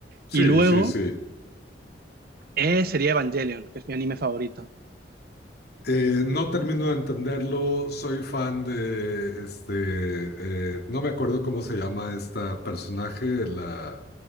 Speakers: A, on the left; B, on the right.
A: Sí,
B: Y luego
A: sí, sí.
B: eh, sería Evangelion, que es mi anime favorito.
A: Eh, no termino de entenderlo, soy fan de este, eh, no me acuerdo cómo se llama esta personaje, la,